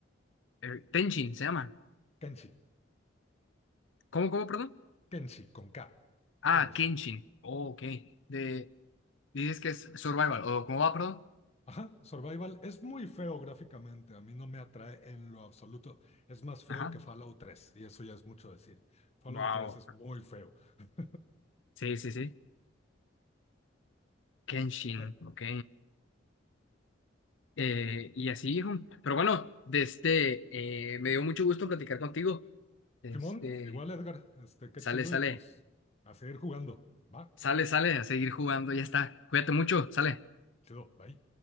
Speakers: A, on the left; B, on the left.
A: Eh, Tenchin se llama.
B: Kenshi,
A: ¿Cómo, cómo, perdón?
B: Kenshi con K,
A: Ah,
B: Kenshi.
A: Kenshin. Oh, ok. De, Dices que es survival, o ¿cómo va, perdón?
B: Ajá, Survival es muy feo gráficamente, a mí no me atrae en lo absoluto. Es más feo
A: Ajá.
B: que Fallout tres y eso ya es mucho decir. Fallout
A: Wow.
B: tres es muy feo. <laughs>
A: Sí, sí, sí. Kenshin,
B: Eh,
A: ok. Eh, y así, hijo. Pero bueno, de este, eh, me dio mucho gusto platicar contigo. Este,
B: Simón, igual Edgar, este, qué
A: sale,
B: chido
A: sale,
B: y pues a seguir jugando. Va,
A: sale, sale a seguir jugando, ya está. Cuídate mucho, sale.
B: chido, bye.